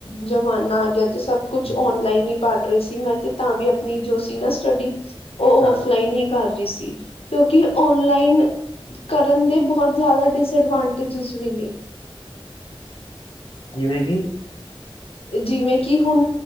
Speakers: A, on the left (about 85°); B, on the left (about 55°).
A: ਜ਼ਮਾਨਾ ਆ ਗਿਆ। ਤੇ ਸਭ ਕੁਛ
B: ਹਮ,
A: ਓਨਲਾਈਨ ਹੀ ਪੜ ਰਹੀ ਸੀ ਮੈਂ ਤੇ ਤਾਂ ਵੀ ਆਪਣੀ ਜੋ ਸੀ ਨਾ ਸਟਡੀ ਉਹ
B: ਹਾਂ
A: ਔਫਲਾਈਨ ਹੀ ਕਰ ਰਹੀ ਸੀ। ਕਿਉਂਕਿ ਔਨਲਾਈਨ ਕਰਨ ਦੇ ਬਹੁਤ ਜ਼ਿਆਦਾ ਡਿਸਐਡਵਾਂਟੇਜਿਸ ਵੀ ਨੇ।
B: ਜਿਵੇਂ ਕਿ।
A: ਜਿਵੇਂ ਕਿ ਹੁਣ